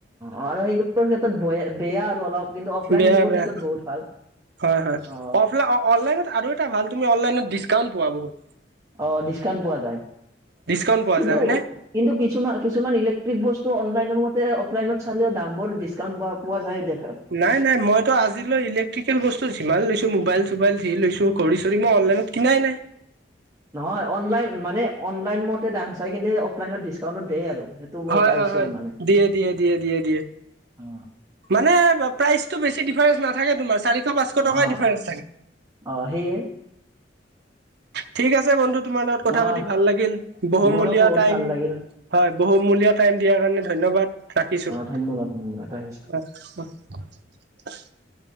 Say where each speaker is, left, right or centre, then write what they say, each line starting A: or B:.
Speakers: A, on the right; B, on the right.
A: অ, আৰু সেইবোৰৰ ক্ষেত্ৰত বয়া বেয়া আৰু অলপ কিন্তু অফলাইন
B: বেয়া
A: এইবোৰ
B: বেয়া
A: ক্ষেত্ৰত বহুত ভাল।
B: হয়- হয়
A: অ
B: অফলা অনলাইনত আৰু এটা ভাল তুমি অনলাইনত ডিচকাউন্ট পোৱা বহুত।
A: অ, ডিচকাউণ্ট পোৱা যায়
B: ডিছকাউণ্ট পোৱা
A: কিন্তু-কিন্তু
B: যায় হয়নে
A: কিছুমান-কিছুমান ইলেক্ট্ৰিক বস্তু ত' অনলাইনৰ মতে অফলাইনত চালেও দাম বোৰ ডিছকাউণ্ট পোৱা-পোৱা যায় দেখ
B: নাই নাই মইতো আজিলৈ ইলেক্ট্ৰিকেল বস্তু যিমান লৈছো মোবাইল চবাইল যি লৈছো ত ঘড়ী চৰি মই
A: নহয় অনলাইন মানে অনলাইন মতে দাম চাই কিন্তু অফলাইনত ডিচকাউণ্টটো দেইে আৰু সেইটো মই
B: হয়
A: পাইছো
B: হয় হয়
A: মানে
B: দিয়ে দিয়ে দিয়ে দিয়ে দিয়ে
A: অ
B: মানে প্ৰাইচটো বেছি ডিফাৰেন্ঞ্চ নাথাকে তোমাৰ চাৰিশ পাঁচশ টকাৰ
A: অ
B: ডিফাৰেন্স থাকে
A: অ সেয়ে
B: ঠিক আছে বন্ধু তমাৰ লগত কথা
A: আহ
B: পাতি ভাল লাগ বহুমলীয়া
A: মোৰো বহুত ভাল লাগিল
B: হয় ব টাইম দিয়াৰ কাৰণে ধন্যবাদ ৰাখিছো
A: অ ধন্যবাদ ধন্যবাদ আহিছো
B: অ অ <unintelligible>